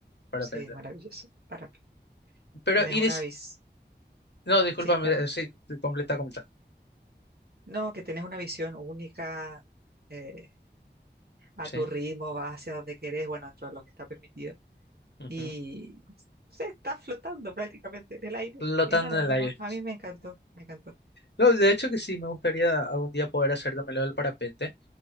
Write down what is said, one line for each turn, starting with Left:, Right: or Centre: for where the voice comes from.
Left: de repente.
Right: Sí, maravilloso. Parapente.
Left: Pero,
Right: Tenés
Left: y
Right: una
Left: des-
Right: bici.
Left: no, discúlpame,
Right: Sí, perdón.
Left: eh, sí, completa, completa.
Right: No, que tenés una visión única, eh, a
Left: Sí.
Right: tu ritmo, vas hacia donde querés, bueno, dentro de lo que está permitido.
Left: ujú,
Right: Y se está flotando prácticamente en el aire.
Left: Flotando
Right: Es maravilloso.
Left: en el
Right: Bueno,
Left: aire.
Right: a mí me encantó, me encantó.
Left: No, de hecho que sí, me gustaría algún día poder hacer también lo del parapente.